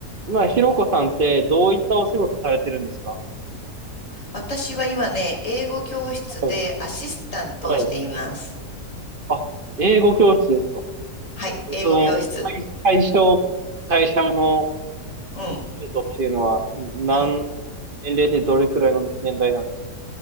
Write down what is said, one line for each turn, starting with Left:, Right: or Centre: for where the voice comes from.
Right: まあひろこさんってどういったお仕事されてるんですか
Left: 私は今ね、英語教室でアシスタントをしています。
Right: はい。はいあ、英語教室ですか
Left: はい、英語教室。
Right: えっと、対対象、対象の
Left: うん、
Right: 生徒っていうのは、何、
Left: うん、
Right: 年齢でどれくらいの年代なんですか